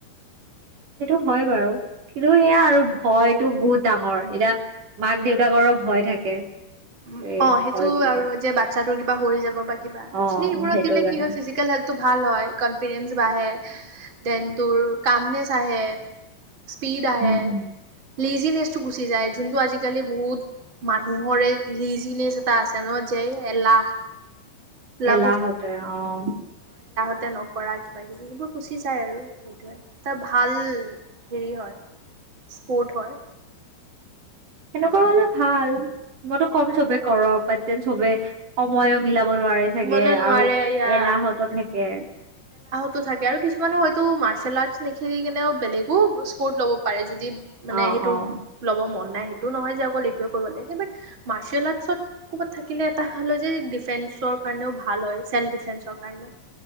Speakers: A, on the right (about 45°); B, on the right (about 30°).
A: সেইটো হয় বাৰু কিন্তু সেয়া আৰু ভয়তটো বহুত ডাঙৰ এতিয়া। মাক দেউতাকৰো ভয় থাকে।
B: উ'
A: এই
B: অ' সেইটো
A: ভয়টোৰ
B: আৰু
A: কাৰণে
B: যে বাচ্ছাটোৰ কিবা। বা হৈ যাব, বা। কিবা অক্সুৱেলি
A: অ' সেইটোৰ
B: দিলে
A: কাৰণে।
B: কি হয় ফিজিকেল হেলথটো ভাল হয়। কনফিডেন্স বাঢ়ে দেন তোৰ কামনেচ আহে। স্পীড আহে,।
A: উম, উম।
B: লেজিনেচটো গুচি যায়, যোনটো আজিকালি বহুত মানুহৰে। লিজিনেছ এতা আছে ন যে এলাহ। বোলা
A: এলাহতে অ',
B: তাতে নকৰা কিবা-কিবি, সেইবোৰ গুচি যায় আৰু সেইটৰে এটা ভাল হেৰি হয় স্পৰ্ট হয়।
A: সেনেকুৱা হলে ভাল। মইতো কম চবে
B: সেইটোৱে
A: কৰক বাত সবে সময়ো মিলাব নোৱাৰাৰে চাগে
B: মানে নোৱাৰে
A: আৰু
B: ইয়া
A: এলাহতো থাকে।
B: টো, থাকে আৰু কিছুমানে হয়তো মাৰ্চেল আৰ্টছ নেখিৰিকেনেও বেলেগো স্পৰ্ট ল'ব পাৰে। যদি মানে
A: অ',
B: সেইটো
A: অ',
B: ল'ব মন নাই, সেই এইটো নহয় যে অকল এইটোৱে কৰিব লাগে। মাৰ্চেল আৰ্টচত ক'বাত থাকিলে এটা ভাল হয় যে ডিফেন্সৰ কাৰণেও ভাল হয়, চেল্ফ-ডিফেন্সৰ কাৰণে।